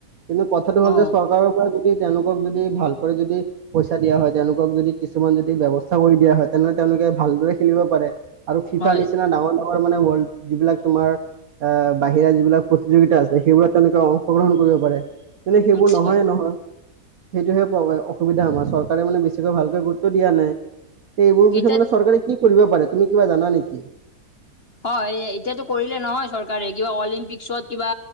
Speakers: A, on the right; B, on the left.
A: কিন্তু কথাটো হ'ল
B: অ'
A: যে চৰকাৰৰ পৰা যদি তেওঁলোকক যদি ভাল কৰি যদি পইচা দিয়া হয় তেওঁলোকক যদি কিছুমান যদি ব্যৱস্থা কৰি দিয়া হয় তেনেহ'লে তেওঁলোকে ভালদৰে খেলিব পাৰে। আৰু ফিফাৰ
B: হয়
A: নিচিনা ডাঙৰ ডাঙৰ মানে ৱৰ্ল্ড যিবিলাক তোমাৰ এ বাহিৰা যিবিলাক প্ৰতিযোগিতা আছে সেইবোৰত তেওঁলোকে অংশগ্ৰহণ কৰিব পাৰে, তেনে সেইবোৰ
B: আচ্ছা।
A: নহয়ে নহয়। সেইটোহে অসুবিধা আমাৰ চৰকাৰে মানে বেছিকৈ ভালকৈ গুৰুত্ব দিয়া নাই। এইবোৰৰ বিষয়ে
B: এতিয়া
A: মানে চৰকাৰে কি কৰিব পাৰে তুমি কিবা জানা নেকি?
B: হয় এতিয়াটো কৰিলে নহয় চৰকাৰে কিবা অলিম্পিকসত কিবা